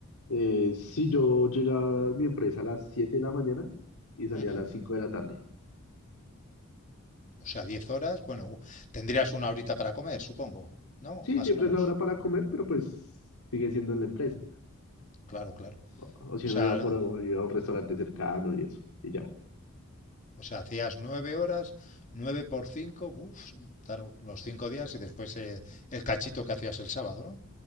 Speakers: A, on the left (about 85°); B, on the left (about 35°).
A: Eh, si yo llegaba a mi empresa a las 7 de la mañana y salía
B: Ujú.
A: a las 5 de la tarde.
B: O sea, 10 horas. Bueno, tendrías una horita para comer, supongo. ¿No?
A: Sí,
B: Más
A: siempre
B: o menos.
A: es la hora para comer, pero pues sigue siendo en la empresa.
B: Claro, claro.
A: O, o si
B: O sea,
A: uno iba por iba a un restaurante cercano y eso, y ya.
B: o sea hacías 9 horas, 9 por cinco buf, claro, los 5 días y después eh, el cachito que hacías el sábado, ¿no?